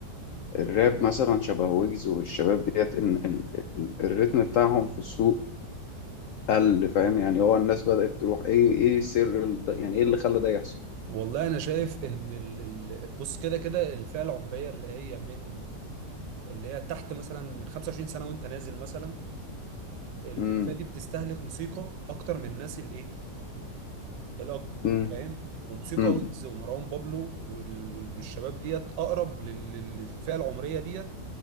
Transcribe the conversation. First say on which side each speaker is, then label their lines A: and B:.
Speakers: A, on the left; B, on the right.
A: الراب مثلا شبه ويجز والشباب ديت ان ال- ال- الريتم بتاعهم في السوق قل فاهم يعني هو الناس بدأت تروح ايه ايه سر ال- ده- يعني ايه اللي خلى ده يحصل
B: والله انا شايف ان ال... ال... بص كده كده الفئه العمريه اللي هي من اللي هي تحت مثلا من 25 سنه وانت نازل مثلا ال-
A: امم
B: الفئه دي بتستهلك موسيقى اكتر من الناس الايه الاكبر
A: امم
B: فاهم وموسيقى
A: امم
B: ويجز ومروان بابلو وال- وال- والشباب ديت اقرب لل- لل- للفئه العمريه ديت